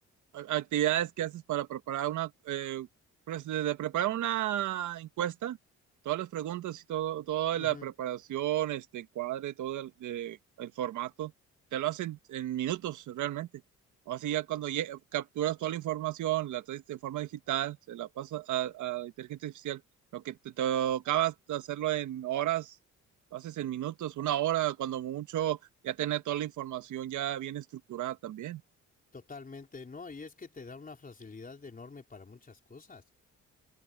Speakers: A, on the right; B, on the left.
A: a- actividades que haces para preparar una, eh, pues, desde preparar una encuesta, todas las preguntas y todo, toda
B: Ujú,
A: la preparación, este cuadre, todo el, de- el formato, te lo hacen en minutos realmente. O así ya cuando lle- capturas toda la información, la traes de forma digital, se la pasas a, a inteligencia artificial, lo que te tocaba hacerlo en horas, lo haces en minutos, una hora, cuando mucho, ya tener toda la información ya bien estructurada también.
B: Totalmente, ¿no? Y es que te da una facilidad enorme para muchas cosas.